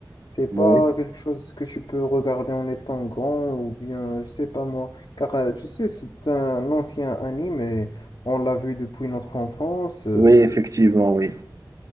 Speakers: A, on the left; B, on the right.
A: C'est pas
B: Oui,
A: quelque chose que tu peux regarder en étant grand ou bien, je sais pas moi. Car, euh, tu sais, c'est un ancien anime et on l'a vu depuis notre enfance. euh,
B: oui, effectivement, oui.